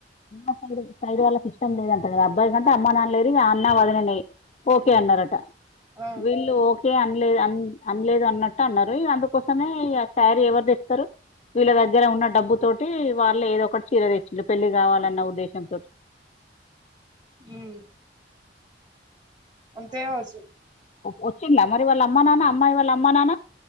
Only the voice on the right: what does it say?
ఆ
ఉమ్ అంతే కావచ్చు